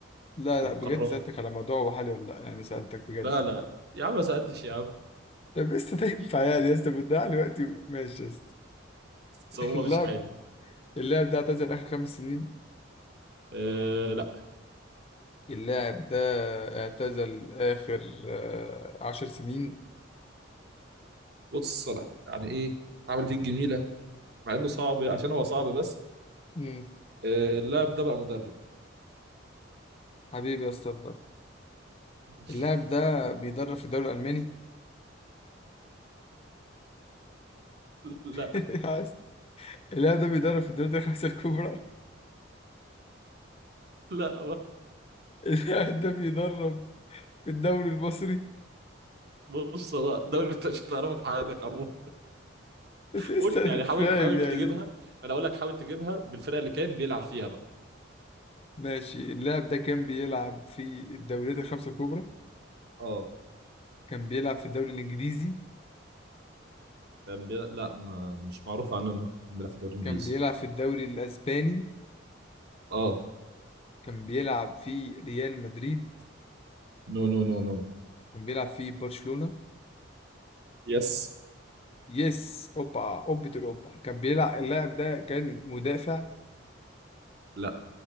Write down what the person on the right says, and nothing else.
في
القارات
لا لا يا عم ما سألتش يا عم
بس هو
مش حالي
أه لا
بص انا يعني ايه عامل فيك جميله مع انه صعب عشان هو صعب بس
آه، اللاعب ده بقى مدرب
<laughs>
لا
لا
بص هو دوري انت مش هتعرفه في حياتك عموما
قول
يعني
حاول
حاول
تجيبها ما انا اقول لك حاول تجيبها بالفرقه اللي كان بيلعب فيها بقى
اه
كان بي... لا ما مش معروف عنه انه كان بيلعب في الدوري الانجليزي
اه
نو نو نو نو
يس
لا